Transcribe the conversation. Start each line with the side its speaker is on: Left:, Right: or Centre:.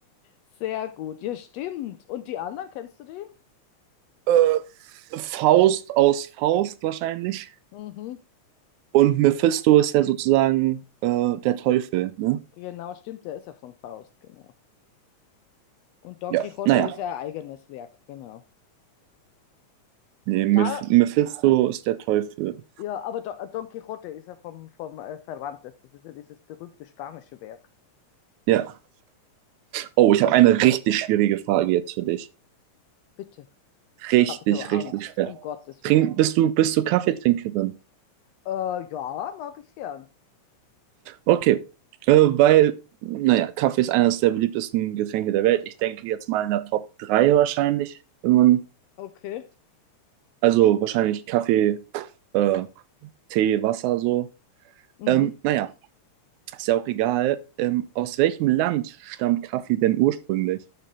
Left: Sehr gut, ja, stimmt. Und die anderen, kennst du die?
Right: Äh, Faust aus Faust wahrscheinlich.
Left: Mhm.
Right: Und Mephisto ist ja sozusagen äh, der Teufel, ne?
Left: Genau, stimmt, der ist ja von Faust, genau. Und Don
Right: Ja.
Left: Quixote
Right: Naja.
Left: ist ja ein eigenes Werk, genau.
Right: Nee, Meph
Left: Da,
Right: Mephisto ist der Teufel.
Left: ja, aber Don, Don Quixote ist ja vom, vom äh, Cervantes, das ist ja dieses berühmte spanische Werk.
Right: Ja. Oh, ich
Left: Da,
Right: habe eine richtig schwierige Frage jetzt für dich.
Left: bitte, jetzt
Right: Richtig,
Left: habe ich aber
Right: richtig
Left: Angst,
Right: schwer.
Left: um Gottes
Right: Trink,
Left: Willen.
Right: bist du, bist du Kaffeetrinkerin?
Left: Äh, ja, mag ich gern.
Right: Okay, äh, weil, naja, Kaffee ist eines der beliebtesten Getränke der Welt. Ich denke jetzt mal in der Top 3 wahrscheinlich, wenn man,
Left: Okay.
Right: also wahrscheinlich Kaffee, äh, Tee, Wasser so.
Left: Mhm.
Right: Ähm, naja, ist ja auch egal. Ähm, aus welchem Land stammt Kaffee denn ursprünglich?